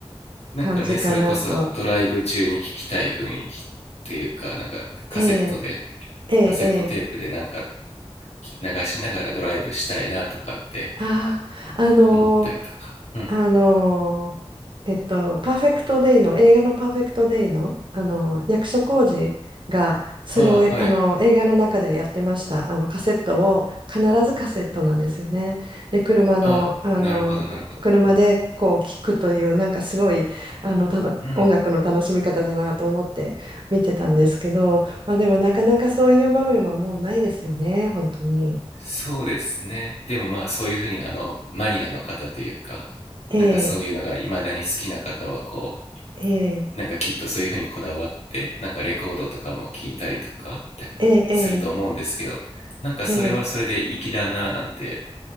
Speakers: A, on the left; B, on the right.
A: なんかね、
B: 感じかなと。
A: それこそドライブ中に聞きたい雰囲気というか、なんかカセットで、
B: ええ、ええ、
A: カセットテープでなんか
B: ええ。
A: 流しながらドライブしたいなとかって
B: ああ、あの
A: 思ったりとか。うん。
B: あのーえっと、パーフェクトデイの、映画のパーフェクトデイの、あのー役所広司が、それを、
A: ああ、
B: えあのー映画の中でやってました。
A: はいはい。
B: あの、カセットを、必ずカセットなんですよね。で、車の、
A: ああ、
B: あのー車でこう聞くという、
A: なるほどなるほど。うん。
B: なんかすごい、あの、たの音楽の楽しみ方だなと思って見てたんですけど、
A: うん。
B: まあでもなかなかそういう場面はもうないですよね、本当に。
A: そうですね。でもまあそういうふうにあの、マニアの方というか、
B: ええ
A: なんかそういうのが未だに好きな方はこう、
B: ええ
A: なんかきっとそういうふうにこだわってなんかレコードとかも聞いたりとか
B: えええ
A: すると思うんですけどなんかそれはそれで粋だなぁなんて
B: えええ